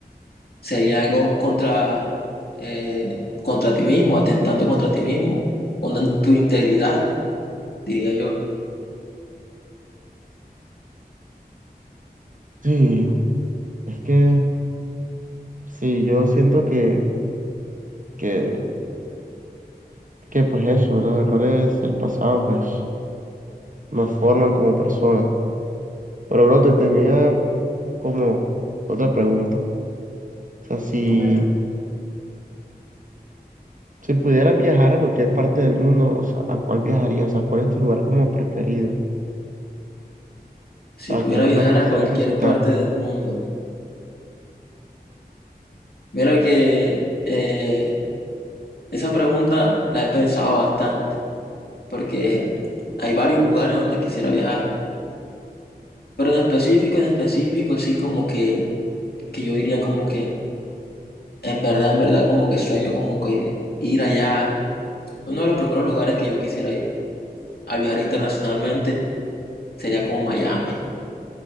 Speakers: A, on the left (about 70°); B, on the right (about 55°).
A: sería algo contra, eh, contra ti mismo, atentando contra ti mismo, con tu integridad, diría yo.
B: Sí, es que sí, yo siento que, que, que pues eso, los errores del pasado pues nos forman como personas. Pero bro, te tenía como otra pregunta. O sea, si,
A: Comenta,
B: si pudieras viajar a cualquier parte del mundo, o sea, ¿a cuál viajarías? O sea, ¿cuál es tu lugar como preferido?
A: si
B: O sea,
A: pudiera
B: ¿qué lugar
A: viajar
B: quisieras
A: a cualquier
B: visitar?
A: parte del mundo. Mira que eh, esa pregunta la he pensado bastante porque hay varios lugares donde quisiera viajar. Pero en específico, en específico, así como que, que yo diría como que, en verdad, en verdad, como que sueño como que ir allá. Uno de los primeros lugares que yo quisiera ir al viajar internacionalmente sería como Miami.